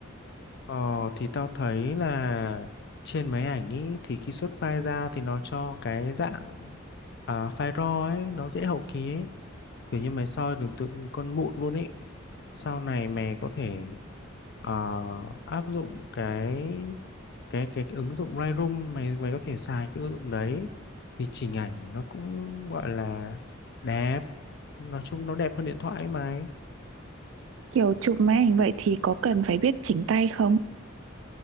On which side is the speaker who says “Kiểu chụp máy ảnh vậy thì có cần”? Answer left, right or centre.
Right